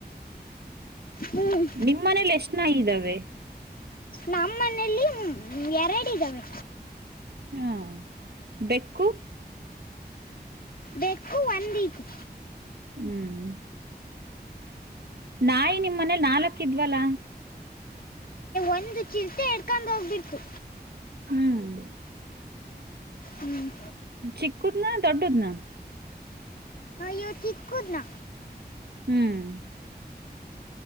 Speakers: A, on the left (about 60°); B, on the right (about 70°).
A: ಹ್ಮ್
B: ನಿಮ್ಮ್ ಮನೇಲಿ ಎಷ್ಟ ನ ಇದ್ದಾವೆ
A: ನಮ್ಮ ಮನೇೆಯಲ್ಲಿ ಎರಡು ಇದ್ದಾವೆ
B: ಹಾ ಬೆಕ್ಕು
A: ಬೆೇಕು ಒಂದೀತಿ
B: ಹ್ಮ್ ನಾಯಿ ನಿಮ್ಮನೆೇ ನಾಲ್ಕ್ಕಿದ್ವಲ್ಲ
A: ಒಂದು ಚಿಂತೆ ಇಡ್ಕೊಂಡು ಹೋಗ್ಬಿಡ್ತು
B: ಹ್ಮ್
A: ಹ್ಮ್
B: ಚಿಕ್ಕತ್ ನ ದೊಡ್ಡದ ನ
A: ಯ ಿ ಕುೂುದನಾ
B: ಹ್ಮ್